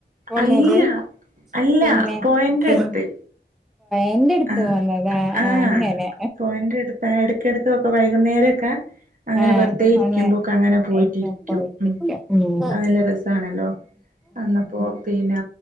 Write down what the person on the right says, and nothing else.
അല്ല അല്ല
പോയേന്റെഅടുത്ത്.
ആ
ആ
പോയിന്റ് അടുത്താ എടയ്ടക്കൊക്കെ വൈകുന്നേരൊക്കെ അങ്ങനെ
വെറുതെ ഇരിക്കുമ്പോക്കെ
അങ്ങനെ പോയിട്ടിരിക്കും.
ഉം.
അത് നല്ല രസാണല്ലോ? എന്നപ്പോ പിന്നെ